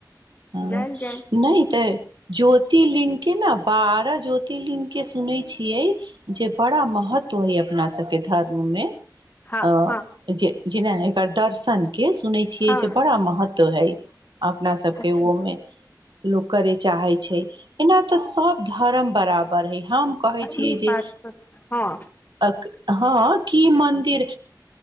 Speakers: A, on the right; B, on the left.
A: ह
B: जायल जाय
A: नहि तऽ ज्योतिर्लिंग के ने बारह ज्योतिर्लिंग के सुनै छी जे बड़ा महत्व हय अपना सबके धर्म मे
B: हँ
A: आ
B: हँ
A: जे जे नहि एकर दर्शन के सुन छीये
B: हँ
A: जे बड़ा महत्व हइ अपना के
B: अच्छा
A: ओमे लोक करे चाहे छै एना ते सब धर्म बराबर हे हम कहै छियै
B: ई
A: जे
B: बात तऽ हँ
A: हँ, मन्दिर